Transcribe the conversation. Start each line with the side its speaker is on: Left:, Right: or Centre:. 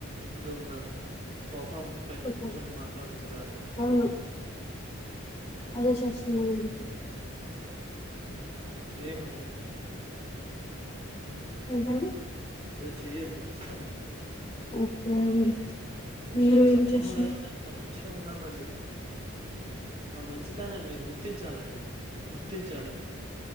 Right: ఎందు <unintelligible> ఉండ సోఫా పయిన
Left: చెప్పండి
Right: కూర్చోని మాట్లాడొచ్చు కదండీ
Left: అవును అదే చేస్తున్నామండి
Right: ఏమండి
Left: ఏంటండి
Right: చెయ్యదు మంచి పనండి
Left: ఓకే అండి మీరు
Right: మీకు
Left: ఏం
Right: శబ్దము
Left: చేస్తున్నారు
Right: లేకుండా ఎంత మంచి మంచిగా ఉన్నామండి మా మంచి మీరు గుర్తించాలండి గుర్తించాలి